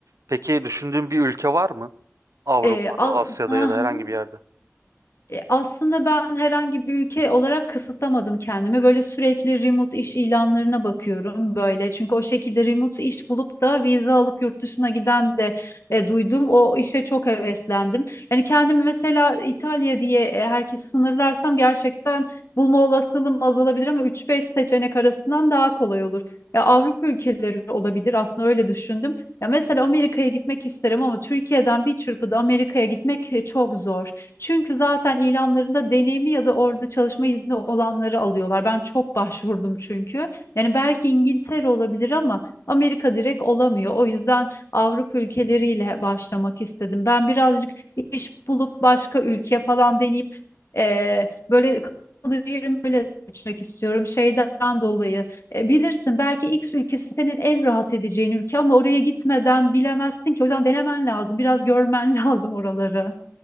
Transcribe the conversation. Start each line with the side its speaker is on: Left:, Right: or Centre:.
Right: Peki düşündüğün bir ülke var mı? Avrupa'da,
Left: Ee, al,
Right: Asya'da
Left: <laughs>
Right: ya da herhangi bir yerde.
Left: E, Aslında ben herhangi bir ülke olarak kısıtlamadım kendimi. Böyle sürekli remote iş ilanlarına bakıyorum böyle. Çünkü o şekilde remote iş bulup da vize alıp yurt dışına giden de e, duydum. O işe çok heveslendim. Yani kendimi mesela İtalya diye e, herkes sınırlarsam gerçekten bulma olasılığım azalabilir ama üç beş seçenek arasından daha kolay olur. Ya Avrupa ülkeleri olabilir aslında öyle düşündüm. Ya mesela Amerika'ya gitmek isterim ama Türkiye'den bir çırpıda Amerika'ya gitmek e, çok zor. Çünkü zaten ilanlarında deneyimi ya da orada çalışma izni olanları alıyorlar. Ben çok başvurdum çünkü. Yani belki İngiltere olabilir ama Amerika direkt olamıyor. O yüzden Avrupa ülkeleriyle başlamak istedim. Ben birazcık iş bulup başka ülke falan deneyip eee, böyle kalıcı yerimi böyle seçmek istiyorum şeyden dolayı. E, bilirsin belki X ülkesi senin en rahat edeceğin ülke ama oraya gitmeden bilemezsin ki. O yüzden denemen lazım. Biraz görmen <laughs> lazım oraları.